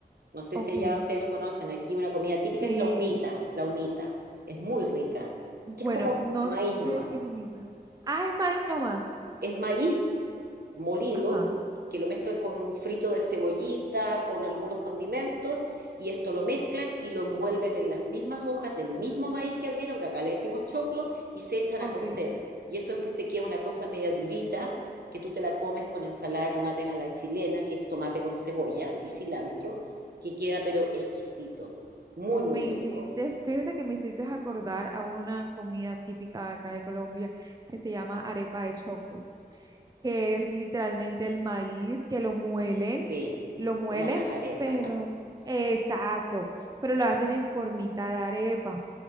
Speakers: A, on the right; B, on the right.
A: No sé
B: ok.
A: si allá ustedes lo conocen, aquí una comida típica
B: Sí,
A: es la humita, la humita, es muy rica,
B: bueno,
A: que es como
B: no
A: maíz
B: sé
A: nomás.
B: qué es humita. Ah, es maíz nomás.
A: Es maíz molido,
B: Ajá,
A: que lo mezclan con un frito de cebollita, con algunos condimentos, y esto lo mezclan y lo envuelven en las mismas hojas del mismo maíz que abrieron, que acá le decimos choclo, y se echan
B: ok.
A: a cocer. Y eso después te queda una cosa media durita, que tú te la comes con ensalada de tomates a la chilena, que es tomate con cebolla y cilantro, que queda pero exquisito, muy,
B: Me
A: muy rico.
B: hiciste, fíjate que me hiciste acordar a una comida típica de acá de Colombia que se llama arepa de choclo, que es literalmente el maíz que lo muelen,
A: Sí,
B: lo muelen,
A: como las arepas.
B: pero exacto, pero lo hacen en formita de arepa